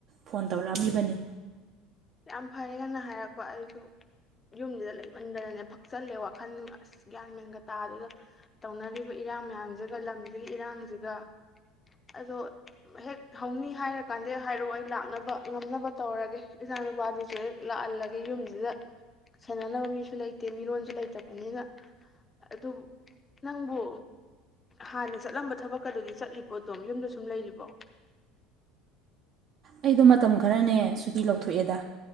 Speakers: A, on the right; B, on the left.
A: ꯐꯣꯟ ꯇꯧꯔꯛꯑꯝꯃꯤꯕꯅꯤ
B: ꯌꯥꯝ ꯐꯔꯦ ꯍꯥꯏꯅ ꯍꯥꯏꯔꯛꯄ ꯑꯩꯁꯨ ꯌꯨꯝꯗꯨꯗ ꯂꯩꯃꯟꯗꯅꯅꯦ ꯐꯛꯆꯜꯂꯦ ꯋꯥꯈꯜ ꯑꯁ ꯒ꯭ꯌꯥꯟ ꯃꯦꯟꯒ ꯇꯥꯗꯒ ꯇꯧꯅꯔꯤꯕ ꯏꯔꯥꯡ ꯃꯌꯥꯝꯁꯤꯒ ꯂꯝꯁꯤꯒꯤ ꯏꯔꯥꯡꯁꯤꯒ ꯑꯗꯣ ꯍꯦꯛ ꯍꯧꯅꯤ ꯍꯥꯏꯔꯀꯥꯟꯗꯦꯛ ꯍꯥꯏꯔꯛꯑꯣ ꯑꯩ ꯂꯥꯛꯅꯕ ꯉꯝꯅꯕ ꯇꯧꯔꯒꯦ ꯏꯆꯥ ꯅꯨꯄꯥꯗꯨꯁꯨ ꯍꯦꯛ ꯂꯥꯛꯍꯜꯂꯒꯦ ꯌꯨꯝꯁꯤꯗ ꯁꯦꯟꯅꯅꯕ ꯃꯤꯁꯨ ꯂꯩꯇꯦ ꯃꯤꯔꯣꯟꯁꯨ ꯂꯩꯇꯕꯅꯤꯅ ꯑꯗꯨ ꯅꯪꯕꯨ ꯍꯥꯟꯅ ꯆꯠꯂꯝꯕ ꯊꯕꯛꯀ ꯑꯗꯨꯗꯤ ꯆꯠꯂꯤꯕꯣ ꯑꯗꯨꯝ ꯌꯨꯝꯗ ꯁꯨꯝ ꯂꯩꯔꯤꯕꯣ
A: ꯑꯩꯗꯣ ꯃꯇꯝ ꯈꯔꯅꯦ ꯁꯨꯇꯤ ꯂꯧꯊꯣꯛꯑꯦꯗ